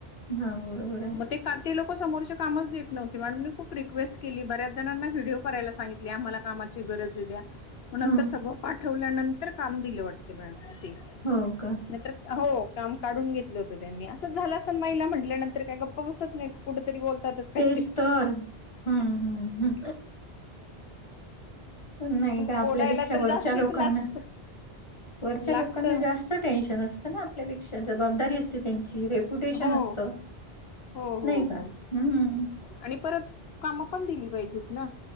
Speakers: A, on the left (about 30°); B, on the left (about 75°).
A: हा बरोबर आहे.
B: मग ते काल ते लोंक समोरचे कामच देत नव्हते मॅडम मी खूप रिक्वेस्ट केली बऱ्याच जणांना व्हिडिओ करायला सांगितली आम्हाला कामात. ची गरज द्या मग नंतर
A: ह
B: सगळ पाठवल्यानंतर काम दिलं वाटत मॅडमनी.
A: हो का,
B: तर हो काम काढून घेतलं होत त्यांनी असंच झालं अस माईला म्हटल्या. नंतर काय गप्पा बसत नाहीत कुठ तरी बोलतातच काय
A: तेच
B: ते.
A: तर हम्म हम्म नाही का
B: बोलायला
A: आपल्यापेक्षा
B: तर
A: वरच्या
B: जास्तीच
A: लोकांना.
B: लागत
A: वरच्या
B: लागत
A: लोकांना जास्त टेन्शन असतं ना आपल्यापेक्षा जबाबदारी असते त्यांची रे''--'' पुटेशन
B: हो
A: असत
B: हो हो
A: नाही का
B: हो
A: हम्.
B: आणि परत कामं पण दिली पाहिजेत ना.